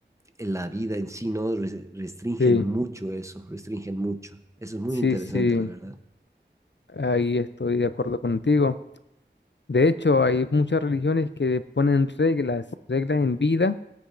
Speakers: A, on the right; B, on the left.
A: la vida en sí, ¿no? Res- Restringen
B: sí,
A: mucho eso, restringen mucho. Eso es muy
B: sí,
A: interesante,
B: sí.
A: la verdad.
B: Ahí estoy de acuerdo contigo. De hecho, hay muchas religiones que ponen reglas, reglas en vida